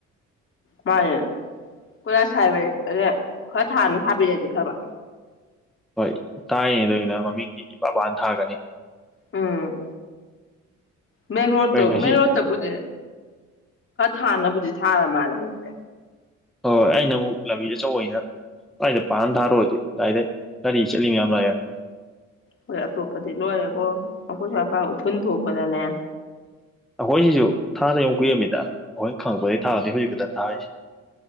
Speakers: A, on the left; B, in the centre.
A: ꯃꯥꯅꯦ ꯀꯣꯏꯂꯥꯁ ꯊꯥꯏꯃꯦ ꯈꯔ ꯊꯥꯅ ꯊꯥꯕꯤꯔꯛꯁꯦ ꯐꯕ
B: ꯍꯣꯏ ꯇꯥꯏꯉꯗꯒꯤꯅ ꯃꯃꯤꯡꯒꯤ ꯏꯄꯥꯕꯥꯟ ꯊꯥꯒꯅꯤ
A: ꯎꯝ ꯃꯦꯟ ꯔ
B: ꯀꯩ ꯉꯁꯤ
A: ꯃ ꯔꯇ ꯄꯨꯦ ꯍꯥꯟꯅꯕꯨꯗꯤ ꯊꯥꯔ ꯃꯥꯜꯂꯦ ꯍꯧꯖꯤ
B: ꯍꯣꯏ ꯍꯣꯏ ꯑꯩꯅ ꯑꯃꯨꯛ ꯂꯝꯕꯤꯗ ꯑꯆꯧꯕꯩꯅ ꯑꯗꯨꯋꯥꯏꯗ ꯄꯥꯅ ꯊꯥꯔꯨꯔꯗꯤ ꯑꯗꯨꯗꯥꯏꯗꯩ ꯒꯥꯔꯤ ꯆꯠꯂꯤ ꯃꯌꯥꯝ ꯂꯥꯛꯑꯦ
A: ꯍꯣꯏ ꯑꯇꯣꯞꯄꯗꯤ ꯂꯣꯏꯔꯦꯀꯣ ꯑꯩꯈꯣꯏꯁꯨ ꯑꯄꯥ ꯎꯐꯨꯟ ꯊꯣꯛꯄꯗꯅꯦ
B: ꯑꯩꯈꯣꯏ ꯁꯤꯁꯨ ꯊꯥꯗ ꯑꯃꯨꯛ ꯀꯨꯏꯔꯝꯃꯤꯗ ꯑꯩꯈꯣꯏꯅ ꯈꯪꯉꯛꯄꯗꯒꯤ ꯊꯥꯔꯗꯤ ꯍꯧꯖꯤꯛ ꯛꯇꯪ ꯊꯥꯔꯤꯁꯦ